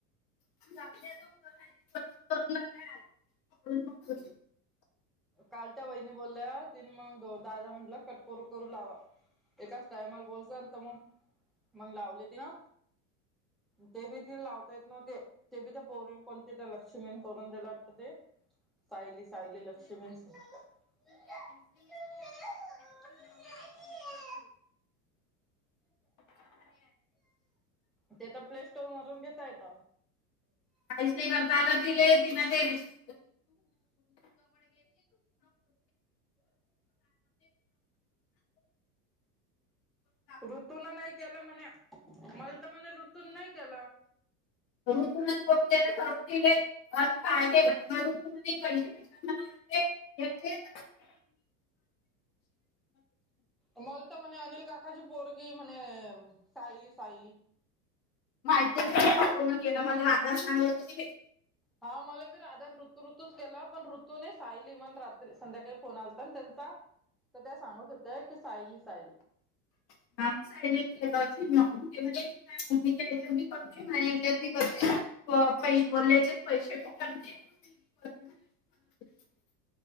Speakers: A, on the left; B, in the centre.
A: <inaudible>
B: काल त्या वहिणी बोलल्या, तीन मग दादा म्हटलं कट करू करू लावा. एकाच टायमाला बोलच तर मग, मग लावली ती ना ते बी त लावतायेत नवते. ते बी तर पण <unintelligible> कोणती त्या लक्ष्मीण करून दिलं वाटतं ते सायली सायली लक्ष्मी शिभन सर <unintelligible> <inaudible> ते तर प्ले स्टोर मधुन घेता येत.
A: काहीच नाही करता आलं तिले तिला ते विचार <inaudible> <inaudible>
B: ऋतून नाही केलं म्हणे, मल तर म्हणे ऋतून नाही केलं.
A: ऋतन <inaudible>
B: मल तर म्हणे अनिल काकाजी पोरगी म्हणे सायली सायली.
A: माहिती पूर्ण केलं मला <unintelligible> सांगत
B: हा मला बी राध नी ऋतूच केला पण ऋतूननेे सायली मला रात्री संध्याकाळी फोन आलता आणि त्यांचा तर त्या सांगत होत्या की सायली सायली
A: <inaudible> <inaudible> पै बोलल्याचे पैशे <inaudible>